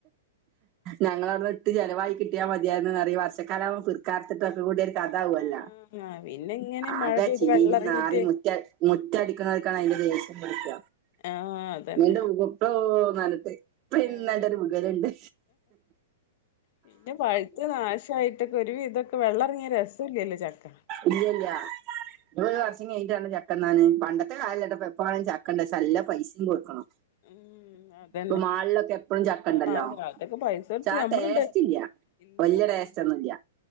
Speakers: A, on the right; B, on the left.
A: ഞങ്ങളടുന്ന്ട്ട് ചെലവായി കിട്ടിയാ മതിയാർന്നുന്നറിം ഈ വർഷക്കാലാ വുമ്പോ പേർ കർത്തിട്ടൊക്കെ കൂടിയൊരു കഥാവല്ലോ
B: ആഹ് പിന്നെ ഇങ്ങനെ
A: ആകെ
B: മഴ പെയ്ത്
A: ചീഞ്ഞ്
B: വെള്ളം ഇറങ്ങിട്ട്
A: നാറി മുറ്റ മുറ്റടിക്ക്ണോൽക്കാണ് അയ്ന്റെ വേസ്റ്റ് കിട്ട
B: ആഹ് അതന്നെ
A: അന്റെ <unintelligible> ന്നർഞ്ഞ്ട്ട് പിന്നണ്ടൊരു
B: ആഹ്
A: വുഗല്ണ്ട്.
B: പിന്നെ പഴുത്ത് നാശായിട്ടൊക്കെ ഒരു വിതൊക്കെ വെള്ളറങ്ങിയാ രസോല്ലല്ലോ ചക്കാ
A: ഇല്ല ഇല്ല്യാ ഇനി ഒരു വർഷം കഴിഞ്ഞിട്ട് വേണം ചക്ക തിന്നാന് പണ്ടത് ട്ട് കാര്യല്ലെട്ടാ ഇപ്പ വേണേലും ചക്കണ്ട് പക്ഷേ നല്ല പൈസീം കൊട്ക്കണം
B: ഉം അതന്നെ
A: ഇപ്പൊ മാളിലൊക്കെ എപ്പളും ചക്കണ്ടല്ലോ
B: ആഹ് അതൊക്കെ പൈസ കൊടുത്ത്
A: ചാ
B: നമ്മളുണ്ട്
A: ടേസ്റ്റില്ലാ
B: ഇല്ല
A: വല്യ
B: അതന്നെ
A: ടേസ്റ്റൊന്നും ഇല്ലാ